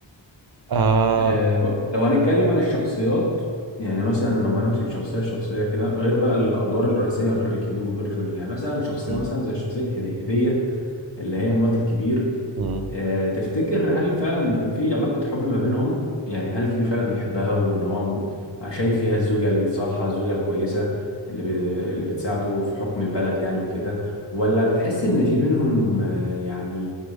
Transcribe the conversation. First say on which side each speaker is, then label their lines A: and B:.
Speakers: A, on the right; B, on the left.
A: آه
B: آه، ب- لو هنتكلم عن الشخصيات يعني مثلا لو هنمسك شخصية شخصية كده غير بقى الأدوار الرئيسية غير الكبير وغير جوني يعني مثلا شخصية
A: مم،
B: مثلا زي شخصية هدي- هدية اللي هي مرات الكبير
A: مم،
B: آه، تفتكر هل فعلا في علاقة حب ما بينهم يعني هل الكبير فعلا بيحبها وان هو م- شايف فيها الزوجة الصالحة الزوجة الكويسة اللي ب... اللي بتساعده في حكم البلد يعني وكده ولا بتحس ان في بينهم آه، يعني